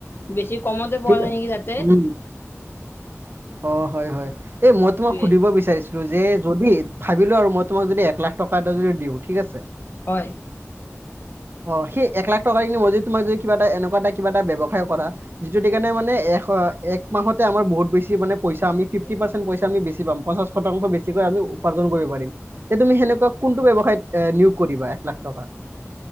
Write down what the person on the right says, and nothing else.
ঠিক
আছে
উ অ হয় হয়। এই মই তোমাক
সুধিব বিচাৰছোঁ যে যদি ভাবিলো আৰু মই তোমাক যদি এক লাখ টকা এটা যদি দিওঁ ঠিক আছে।
অ সেই এক লাখ টকাৰ কি মজদি তোমাক যদি কিবা এটা এনেকুৱা এটা কিবা এটা ব্যৱসায় কৰা যিটোই কাৰণে মানে এক মাহতে আম বহুত বেছি মান পইচা আমি ফিফটি পাৰ্চেণ্ পইা আমি বেছি পচা শতাংশ বেছিকৈ আমি উপাৰ্জন কৰিব পাৰিম যে তুমি সেনেকুৱা কোনটো ব্যৱসায়ত এ নিয়োগ কৰিবা এক লাখ টকা।